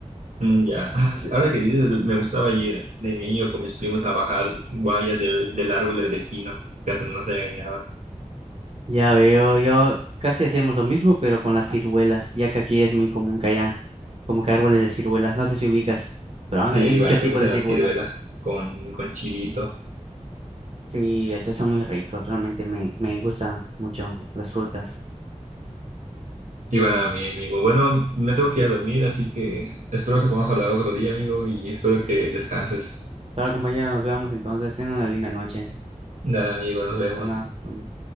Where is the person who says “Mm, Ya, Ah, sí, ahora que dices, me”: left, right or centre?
Right